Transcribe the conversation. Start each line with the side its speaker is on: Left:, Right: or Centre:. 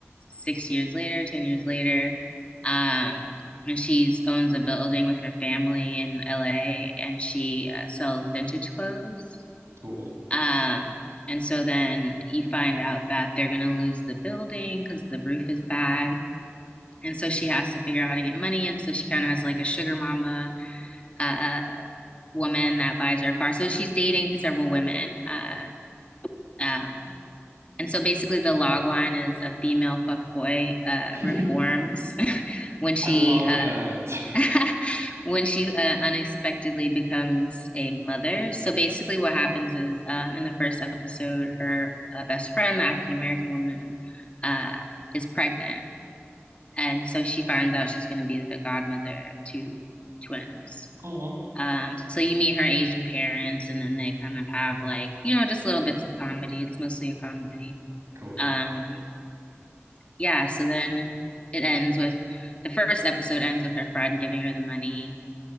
Left: six years later, 10 years later. Um, and she owns a building with her family in LA and she uh, sells vintage clothes.
Right: <laughs> cool.
Left: Um, and so then you find out that they're going to lose the building because the roof is bad. And so she has to figure out how to get money. And so she kind of has like a sugar mama uh, woman that buys her a car. So she's dating several women. Uh, um, and so basically, the log line is a female fuckboy uh,
Right: <laughs>
Left: reforms <laughs> when she
Right: I love
Left: uh,
Right: that. <laughs>
Left: <laughs> when she uh, unexpectedly becomes a mother. So basically, what happens is um, in the first episode, her uh, best friend, the African American woman, uh, is pregnant, and so she finds out she's going to be the godmother of two twins.
Right: Oh,
Left: Um, so you meet her Asian parents, and then they kind of have like you know just little bits of comedy. It's mostly a comedy.
Right: cool.
Left: Um, yeah, so then it ends with the first episode ends with her friend giving her the money,